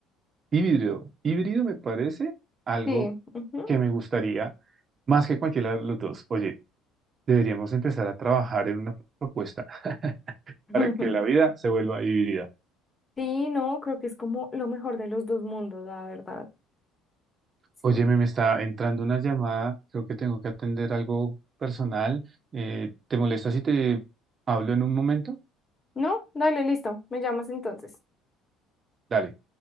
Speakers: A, on the right; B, on the left.
A: Híbrido. Híbrido me parece algo
B: Sí, ujú.
A: que me gustaría más que cualquiera de los dos. Oye, deberíamos empezar a trabajar en una propuesta <laughs>
B: <laughs>
A: para que la vida se vuelva híbrida.
B: Sí, no, creo que es como lo mejor de los dos mundos, la verdad. Sí.
A: Óyeme, me está entrando una llamada, creo que tengo que atender algo personal. Eh, ¿te molesta si te hablo en un momento?
B: No, dale, listo. Me llamas entonces.
A: Dale.